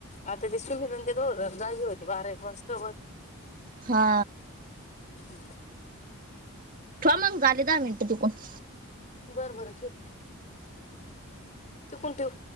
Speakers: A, on the left (about 35°); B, on the right (about 40°).
A: आता ते सुमध ते द जाई होते बारा एक वाजता वर
B: हा
A: हम
B: ठो मग ग आले दहा मिनटं तिकून
A: बरं बरं ठीक तू कोण ठेव